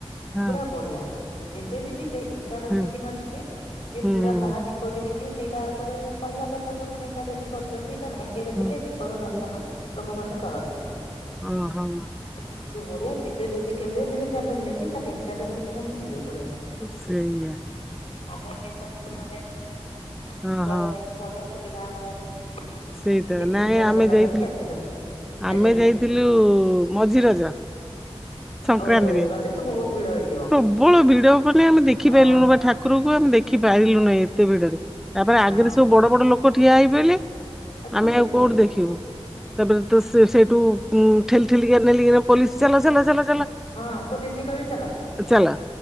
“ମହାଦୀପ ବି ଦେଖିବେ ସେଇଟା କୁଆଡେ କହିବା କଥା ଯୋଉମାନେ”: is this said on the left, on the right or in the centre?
Left